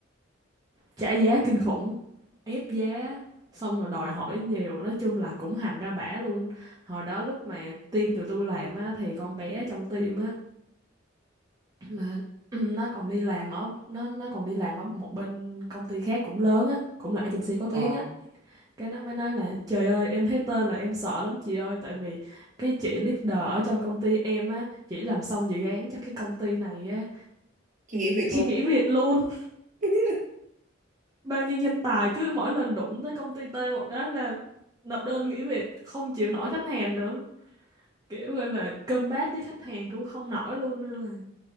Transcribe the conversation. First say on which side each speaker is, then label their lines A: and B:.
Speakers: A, on the right; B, on the right.
A: trả giá kinh khủng ép giá xong rồi đòi hỏi nhiều nói chung là cũng hành ra bả luôn hồi đó lúc mà team tụi tôi làm á thì con bé trong team á là <clears throat> nó còn đi làm ở nó nó còn đi làm ở một bên công ty khác cũng lớn á cũng là agency có tiếng
B: ờ
A: á cái nó mới nói là trời ơi em thấy tên là em sợ lắm chị ơi tại vì cái chị leader ở trong công ty em á chỉ làm xong dự án cho cái công ty này á
B: chị nghỉ việc
A: chị
B: luôn
A: nghỉ việc luôn
B: <laughs>
A: bao nhiêu nhân tài cứ mỗi lần đụng tới công ty T hoặc đó là nộp đơn nghỉ việc không chịu nổi khách hàng nữa kiểu gọi là combat với khách hàng cũng không nổi luôn nên là